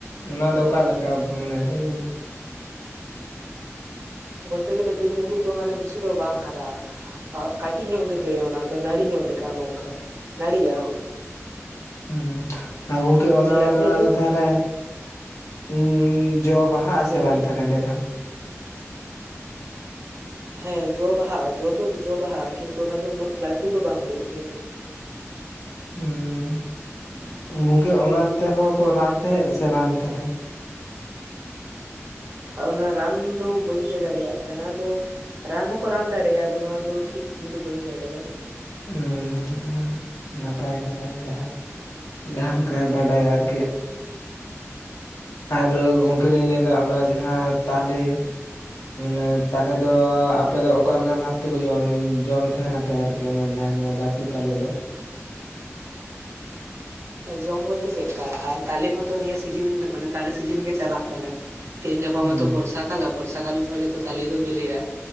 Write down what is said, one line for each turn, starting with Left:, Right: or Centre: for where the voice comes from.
Left: ᱚᱱᱟᱫᱚ ᱚᱠᱟᱞᱮᱠᱟ ᱢᱟᱱᱮ ᱞᱟᱹᱭᱟᱞᱤᱧ ᱢᱮ
Right: ᱵᱚᱞᱛᱮ ᱜᱮᱞᱮ ᱵᱤᱨ ᱢᱩᱨᱩᱜ ᱫᱚ ᱢᱟᱱᱮ ᱵᱮᱥᱤ ᱫᱚ ᱵᱟᱝ ᱦᱟᱨᱟᱜᱼᱟ। ᱠᱟᱹᱴᱤᱡ ᱧᱚᱜ ᱜᱮ ᱦᱩᱭᱩᱜᱼᱟ᱾ ᱚᱱᱟ ᱫᱚ ᱱᱟᱹᱲᱤ ᱧᱚᱜ ᱞᱮᱠᱟ ᱱᱚᱝᱠᱟ ᱱᱟᱹᱲᱤᱜᱼᱟ।
Left: ᱦᱩᱸ ᱜᱚᱝᱠᱮ ᱚᱱᱟ
Right: ᱡᱮ ᱞᱟᱹᱴᱩ
Left: ᱨᱮᱱᱟᱜ
Right: ᱞᱟᱹᱴᱩ
Left: ᱫᱚ ᱛᱟᱦᱚᱞᱮ ᱩᱸᱸ ᱡᱚᱵ ᱵᱟᱦᱟᱜ ᱟᱥᱮ
Right: ᱞᱟᱹᱭ
Left: ᱵᱟᱝ
Right: ᱵᱤᱱ
Left: ᱛᱟᱦᱚᱞᱮ ᱮᱱᱰᱮᱠᱷᱟᱱ?
Right: ᱦᱮᱸ ᱡᱚ ᱵᱟᱦᱟᱜ-ᱟ᱾ ᱡᱚ ᱫᱚ ᱡᱚ ᱵᱟᱦᱟᱜ-ᱟ ᱠᱤᱱᱛᱩ ᱚᱱᱟ ᱫᱚ ᱩᱱᱟᱹᱜ ᱞᱟᱹᱴᱩ ᱫᱚ ᱵᱟᱝ ᱦᱩᱭᱩᱜ ᱜᱮᱭᱟ।
Left: ᱩᱸᱸ ᱜᱚᱝᱠᱮ ᱚᱱᱟ ᱛᱮᱦᱚᱸ ᱠᱚ ᱨᱟᱱ ᱛᱟᱦᱮᱸᱜ ᱥᱮ ᱵᱟᱝ ᱛᱟᱦᱚᱞᱮ?
Right: ᱚᱱᱟ ᱨᱟᱱ ᱫᱚ ᱵᱟᱹᱧ ᱞᱟᱹᱭ ᱫᱟᱲᱮᱭᱟᱜ ᱠᱟᱱᱟ ᱟᱫᱚ ᱨᱟᱱ ᱦᱚᱸᱠᱚ ᱨᱟᱱ ᱫᱟᱲᱮᱭᱟᱜᱼᱟ᱾ ᱟᱫᱚ ᱱᱚᱣᱟ ᱫᱚ ᱴᱷᱤᱠ ᱤᱧ ᱫᱚ ᱵᱟᱹᱧ ᱵᱟᱰᱟᱭᱟ।
Left: ᱦᱩᱸ ᱚᱱᱟ ᱦᱚᱸ ᱱᱟᱯᱟᱭ ᱠᱟᱛᱷᱟ ᱡᱟᱦᱟᱸᱭ ᱡᱟᱦᱟᱸ ᱞᱮᱠᱟᱭ ᱵᱟᱰᱟᱭᱟ ᱟᱨᱠᱤ᱾ ᱟᱨᱚ ᱜᱚᱝᱠᱮ ᱞᱤᱧ ᱞᱟᱹᱭᱮᱫᱟ ᱚᱱᱟ ᱡᱟᱦᱟᱸ ᱛᱟᱞᱮ᱾ ᱢᱟᱱᱮ ᱛᱟᱞᱮ ᱫᱚ ᱟᱯᱮ ᱫᱚ ᱚᱠᱟᱞᱮᱠᱟ ᱵᱷᱟᱵ ᱛᱮᱠᱚ ᱡᱚᱢ ᱡᱚᱢ ᱛᱟᱦᱮᱱᱟᱯ? ᱯᱮ ᱟᱨᱠᱤ ᱚᱱᱟ ᱡᱟᱦᱟᱸ ᱡᱟᱦᱟᱸ ᱞᱟᱹᱴᱩ ᱛᱟᱞᱮ ᱫᱚ?
Right: ᱡᱚᱢ ᱵᱚᱞᱛᱮ ᱪᱮᱫ ᱞᱮᱠᱟ ᱟᱨ ᱛᱟᱞᱮ ᱢᱟᱛᱚ ᱱᱤᱭᱟᱹ ᱥᱤᱡᱤᱱ ᱢᱟᱱᱮ ᱛᱟᱞᱮ ᱥᱤᱡᱤᱱ ᱜᱮ ᱪᱟᱞᱟᱜ ᱠᱟᱱᱟ। ᱛᱮᱦᱤᱧ ᱜᱟᱯᱟ
Left: ᱦᱩᱸ
Right: ᱢᱟᱛᱚ ᱵᱚᱨᱥᱟ ᱠᱟᱞ, ᱟ ᱵᱚᱨᱥᱟ ᱠᱟᱞ ᱨᱮᱜᱮᱛᱚ ᱛᱟᱞᱮ ᱫᱚ ᱵᱤᱞᱤᱜ-ᱟ᱾